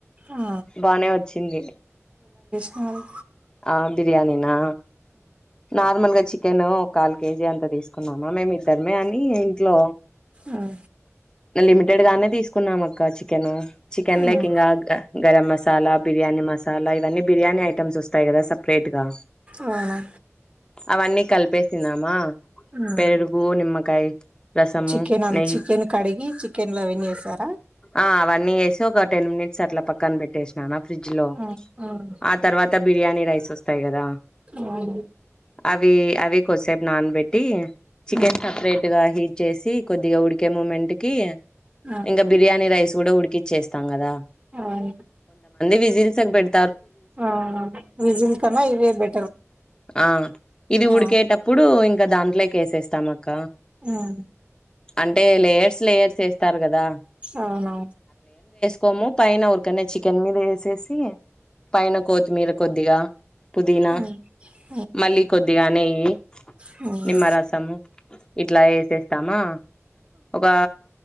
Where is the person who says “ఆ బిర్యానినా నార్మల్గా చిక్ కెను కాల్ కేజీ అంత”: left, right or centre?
Left